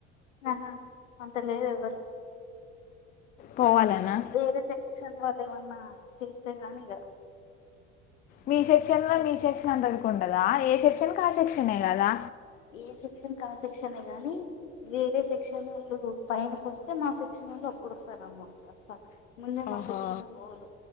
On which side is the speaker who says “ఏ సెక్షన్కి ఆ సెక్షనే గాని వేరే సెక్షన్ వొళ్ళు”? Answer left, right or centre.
Left